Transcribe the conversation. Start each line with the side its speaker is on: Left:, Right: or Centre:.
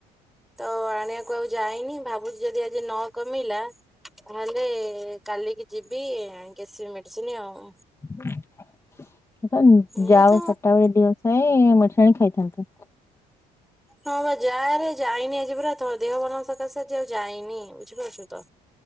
Centre: ତ ଆଣିବାକୁ ଆଉ ଯାଇନି ଭାବୁଚି ଯଦି ଆଜି ନକମିଲା ନହେଲେ କାଲିକି ଯିବି ନେଇକିଆସିବି ମେଡ଼ିସିନ୍ ଆଉ।
Left: ଯାଉ <unintelligible>
Centre: ଏଇ ତ
Left: ମେଡ଼ିସିନ୍ ଆଣିକି ଖାଇଥାନ୍ତୁ।
Centre: ହଁବା ଯାଆରେ ଯାଇନି ଆଜି ପୁରା ଦେହ ଭଲ ନଥିବା ସକାଶେ ଆଜି ଆଉ ଯାଇନି ବୁଝିପାରୁଛୁତ